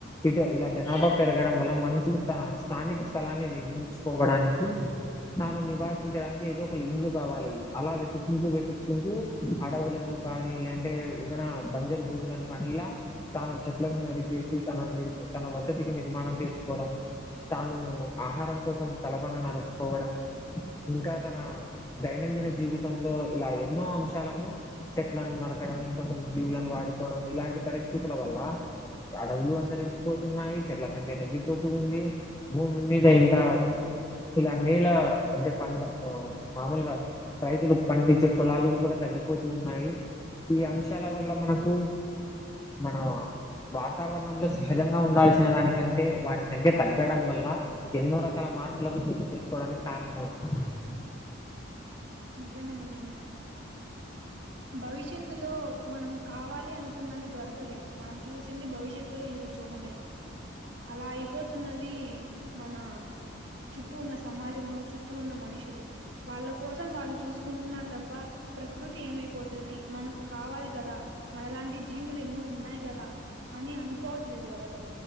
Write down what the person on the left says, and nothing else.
ఇట్ ఇలా జనాభా పెరగడం వల్ల మనుషులు త స్థానిక స్థలాన్ని నిర్మించుకోవడానికీ తాను నివాసించడానికి ఏదో ఒక లిండు కావాలి అలా వెతుక్కుంటూ వెతుక్కుంటూ అడవులను కానీ లేదంటే ఏదైనా బంజరు భూములను కానీ ఇలా తాను చెట్లను నరికివేసి తన నీ తన వసతి నిర్మాణం చేసుకోవడము తాను ఆహారం కోసం కలపను నరుకోవడము ఇంకా తన దైనందిన జీవితంలో ఇలా ఎన్నో అంశాలను చెట్లను నరకడం ఇంక కొన్ని జీవులను వాడుకోవడం ఇలాంటి పరిస్థితుల వల్లా అడవులు అంతరించిపోతున్నాయి చెట్ల సంఖ్య తగ్గిపోతూ ఉంది భూమి మీద ఇంకా ఇల నేలా అంటే పండ మ్ మామూలుగా రైతులు పండించే పొలాలు కూడా తగ్గిపోతూ ఉన్నాయి ఈ అంశాల వల్ల మనకు మన వాతావరణంలో సహజంగా ఉండాల్సిిన చిన దానికంటే వాటి సంఖ్య తగ్గడం వల్ల ఎన్నో రకాల మార్పులకు చోటు చేసుకోడానికి కారణంమవుతుం అ
అ